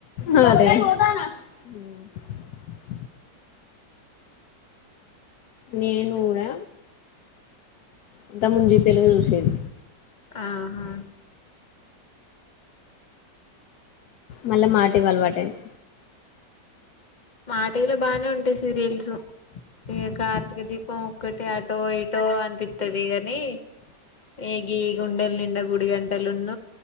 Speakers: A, on the left (about 70°); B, on the left (about 35°).
A: అ అదే అ నేను కూడా అంతకుముందు ముజీ తెలుగు చూసేది
B: ఆహా
A: మళ్ళీ మా టీవీ అలవాటయింది
B: మాటవిలో బాగానే ఉంటాయి సీరియల్స్ ఈ యొక్క కార్తక దీప్ ఒక్కటి ఆటో ఇటో అనిపిస్తుది గాని ఏగి గుండెల నిం గుడి గంటలున్న